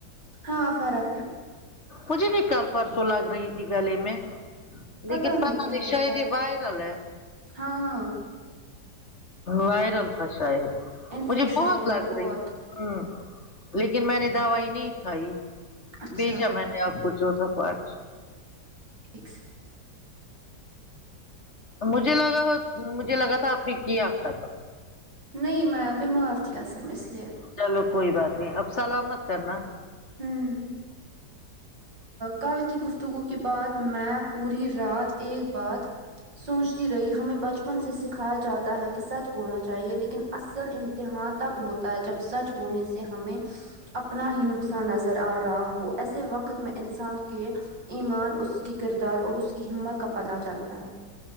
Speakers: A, on the right; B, on the left.
A: ہاں فرق ہے
B: مجھے بھی کل پرسوں لگ رہی تھی گلے میں لیکن
A: پتا
B: پتہ
A: کیا
B: نہیں
A: ہوتا
B: شاید یہ
A: ہے
B: وائرل ہے
A: ہاں
B: وائرل تھا شاید
A: انفیکشن
B: مجھے بہت
A: ہو رہا
B: لگ
A: ہے بہت
B: رہی تھی ھمم لیکن میں نے دوائی نہیں کھائی
A: اچھا
B: بھیجا میں نے آپ کو چوتھا بار
A: ایک
B: مجھے لگا مجھے لگا تھا آپ نے کیا تھا تب
A: نہیں میں بیمار تھی اصل میں اس لیے
B: چلو کوئی بات نہیں اب سلامت کرنا
A: ھمم کل کی گفتگو کے بعد میں پوری رات ایک بات سوچتی رہی ہمیں بچ پن سے سکھایا جاتا ہے کہ سچھ بولنا چاہیے لیکن اصل امتحان تب ہو ہوتا ہے جب سچ بولنے سے ہمیں اپنا ہی نقصان نظر آ رہا ہو ایسے وقت میں انسان کے ایمان اس کے کردار اور اس کی ہمت کا پتہ چلتا ہے